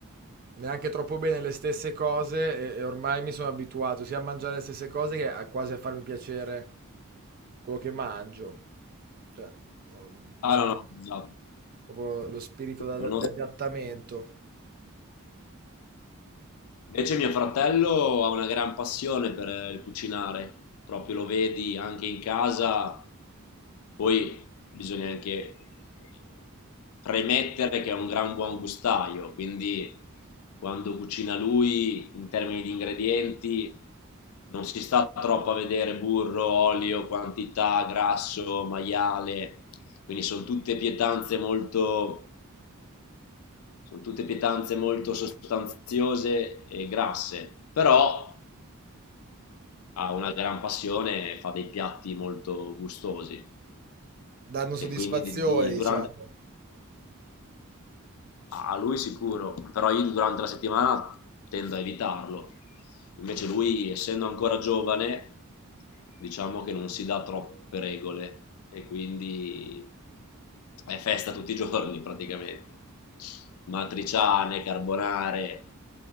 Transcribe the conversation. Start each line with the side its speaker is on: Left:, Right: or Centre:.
Right: neanche troppo bene le stesse cose e, e ormai mi sono abituato sia a mangiare le stesse cose che a, quasi a farmi piacere quello che mangio. Cioè, ho- mi
Left: Ah
Right: sono
Left: no, no, esatto.
Right: proprio lo spirito da-
Left: No,
Right: da- di adattamento,
Left: Invece mio fratello ha una gran passione per il cucinare, proprio lo vedi anche in casa, poi bisogna anche eh, premettere che è un gran buon gustaio, quindi quando cucina lui in termini di ingredienti non si sta troppo a vedere burro, olio, quantità, grasso, maiale, quindi sono tutte pietanze molto sono tutte pietanze molto sostanziose e grasse, però ha una gran passione e fa dei piatti molto gustosi.
Right: danno soddisfazione,
Left: E quindi di- di-
Right: diciamo.
Left: durante, a lui sicuro, però io durante la settimana tendo a evitarlo. Invece lui, essendo ancora giovane, diciamo che non si dà troppe regole e quindi è festa tutti i giorni praticamente. Matriciane, carbonare,